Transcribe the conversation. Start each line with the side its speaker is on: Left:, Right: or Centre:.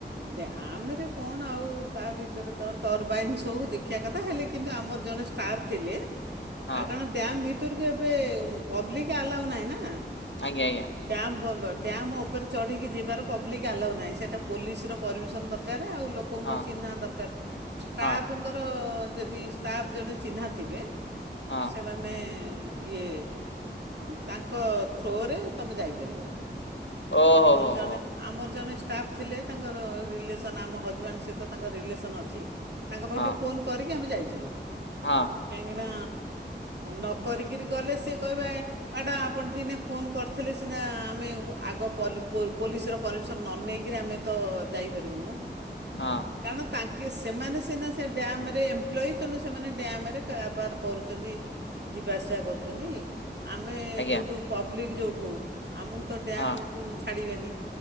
Right: ଡ୍ୟାମରେ କଣ ଆଉ ତା ଭିତରେ ତ ଟର୍ବାଇନ ସବୁ ଦେଖି ଖିଆ କଥା ହେଲେ କିନ୍ତୁ ଆମର ଜଣେ ଷ୍ଟାଫ ଥିଲେ।
Left: ହଁ
Right: ଆଉ କଣ ଡ୍ୟାମ୍ ଭିତରକୁ ଏବେ ପବ୍ଲିକ ଆଲାଉ ନାହିଁ ନା?
Left: ଆଜ୍ଞ ଆଜ୍ଞା।
Right: ଡ୍ୟାମ୍ ବନ୍ଦ୍ ଡ୍ୟାମ୍ ଉପରେ ଚଢ଼ିକି ଯିବାର ପବ୍ଲିକ୍ ଆଲାଉ ନାହିଁ ସେଇଟା ପୋଲିସର ପରିମିସନ ଦରକାର ଆଉ ଲୋକଙ୍କ
Left: ହଁ
Right: ଚିହ୍ନା ଦରକାର ଷ୍ଟାଫଙ୍କ
Left: ହଁ
Right: ତାଙ୍କର ଯଦି ଷ୍ଟାଫ୍ ଜଣେ ଚିହ୍ନା ଥିବେ
Left: ହଁ
Right: ସେମାନେ। ମାନେ ଇଏ ତାଙ୍କ ଥ୍ରୋରେ ତମେ ଯାଇପାରିବ।
Left: ଓହୋ
Right: ଆମର
Left: ହୋ
Right: ଜଣେ
Left: ହୋ
Right: ଆମର ଜଣେ ଷ୍ଟାପ୍। ଥିଲେ ତାଙ୍କର ରିଲେସନ୍ ଆମ ହଜବେଣ୍ଡ ସହିତ ତାଙ୍କର ରିଲେସନ୍ ଅଛି। ତାଙ୍କ ପାଖକୁ
Left: ହଁ
Right: ଟିକେ ଫୋନ୍ କରିକି ଆମେ ଯାଇଥିଲୁ।
Left: ହଁ।
Right: କାହିଁକିନା ନକରିକିରି ଗଲେ ସିଏ କହିବେ। ଏଟା ଆପଣ ଦିନେ ଫୋନ କରିଥିଲେ ସିନା ଆମେ ଆଗ ପଲ୍ ପୁ ପୋଲିସର ପରମିସନ ନ ନେଇକି। କିରେ ଆମେ ତ ଯାଇପାରିବୁନୁ।
Left: ହଁ।
Right: କାରଣ ତାଙ୍କେ ସେମାନେ ସିନା ସେ ଡ୍ୟାମରେ ଏମ୍ପ୍ଲଇ ତେଣୁ ସେମାନେ ଡ୍ୟାମରେ କାରବାର କରୁଛନ୍ତି। ଯିବା ଆସିବା କରୁଛନ୍ତି ଆମେ
Left: ଆଜ୍ଞା
Right: ଯେଉଁଠୁ ପବ୍ଲିକ୍ ଯୋଉଠୁ ଆମକୁ ତ ଡ୍ୟାମ୍।
Left: ହଁ।
Right: ଛାଡ଼ିବେନି